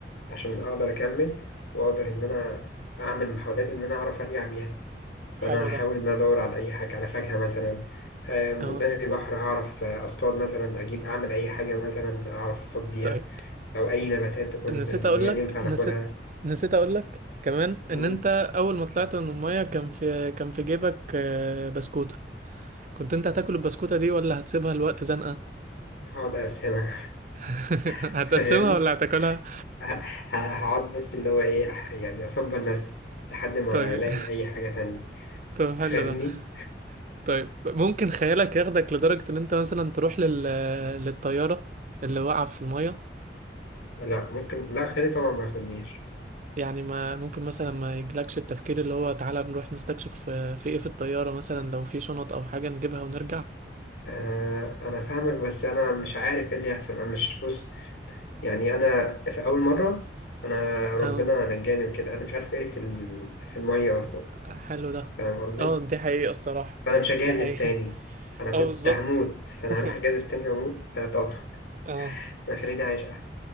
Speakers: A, on the left; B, on the right.
A: عشان أقدر أكمل وأقدر إن أنا أعمل محاولات إن أنا أعرف أرجع بيها فأنا
B: حلو
A: هحاول
B: ده
A: إن أنا أدور على أي حاجة على فاكهة مثلا آم،
B: اه
A: قدامي بحر هعرف أصطاد مثلا أجيب أعمل أي حاجة مثلا أعرف أصطاد بيها
B: طيب
A: أو أي نباتات تكون
B: نسيت
A: إن
B: اقول
A: هي
B: لك
A: ينفع
B: نسيت
A: ناكلها
B: نسيت اقول لك كمان ان
A: مم.
B: انت اول ما طلعت من الميه كان في كان في جيبك آه، بسكوتة كنت انت هتاكل البسكوتة دي ولا هتسيبها لوقت زنقة
A: هقعد أقسمها
B: <laughs>
A: <laughs>
B: هتقسمها
A: فاهمني
B: ولا هتاكلها
A: ه- ه- هقعد بس اللي هو إيه أح- يعني أصبر نفسي لحد ما
B: طيب
A: ألاقي أي حاجة تانية
B: طب حلو
A: <laughs> فاهمني
B: ده طيب ممكن خيالك ياخدك لدرجة ان انت مثلا تروح لل... للطيارة اللي واقعة في المية
A: لا ممكن لا خيري طبعا ما ياخدنيش
B: يعني ما ممكن مثلا ما يجيلكش التفكير اللي هو تعالى نروح نستكشف آه، في ايه في الطيارة مثلا لو في شنط او حاجة نجيبها ونرجع
A: آه انا فاهمك بس انا مش عارف ايه اللي هيحصل انا مش بص يعني انا في اول مره انا ربنا
B: اه
A: نجاني وكده انا مش عارف ايه في ال- في الميه اصلا
B: حلو ده
A: فاهم قصدي
B: اه دي حقيقة الصراحة
A: فانا مش هجازف
B: ده حقيقة
A: تاني
B: <laughs>
A: انا كنت
B: اه بالظبط
A: هموت فانا هروح
B: <laughs>
A: اجازف تاني واموت لا طبعا
B: اه
A: هيخليني عايش أحسن